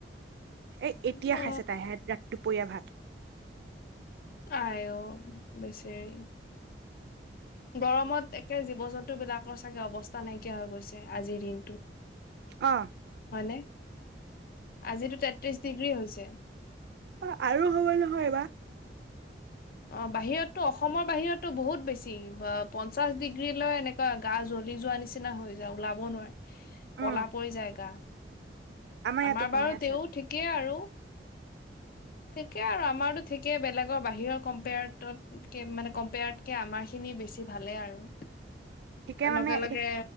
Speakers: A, on the right (about 65°); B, on the left (about 55°).
A: এই এতিয়া
B: অ
A: খাইছে তাইহে ৰাতিটো দুপৰিয়া ভাত
B: আই অ' বেচেৰী গৰমত একে, জীৱ জন্তু বিলাকৰ চাগে অৱস্থা নাইকিয়া হৈ গৈছে আজিৰ দিনটোত।
A: অ'
B: হয়নে? আজিতো তেত্ৰিশ ডিগ্ৰী হৈছে।
A: অ' আৰু হব নহয় এই বাৰ।
B: অ' বাহিৰতো অসমৰ বাহিৰতো বহুত বেছি, পঞ্চাশ ডিগ্ৰীলৈ এনেকুৱা গা জ্বলি যোৱা নিচিনা হৈ যায়। ওলাব নোৱাৰে, ক'লা
A: উম
B: পৰি যায় গা।
A: ইয়াতো
B: আমাৰ
A: কমি
B: বাৰু
A: আছে
B: তেও ঠিকেই আৰু। ঠিকে আৰু আমাৰো ঠিক বেলেগৰ বাহিৰৰ কম্পেয়াৰত মানে কম্পেয়াৰতকে আমাৰ খিনি বেছি ভালে আৰু।
A: ঠিকে মানে,
B: লগে লগে
A: এই